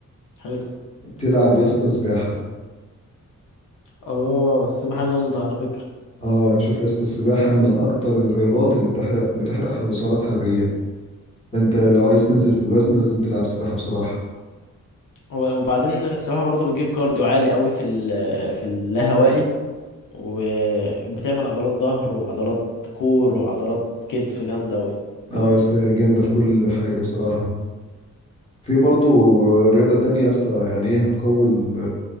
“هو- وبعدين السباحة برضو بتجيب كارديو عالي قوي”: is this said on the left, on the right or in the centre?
Left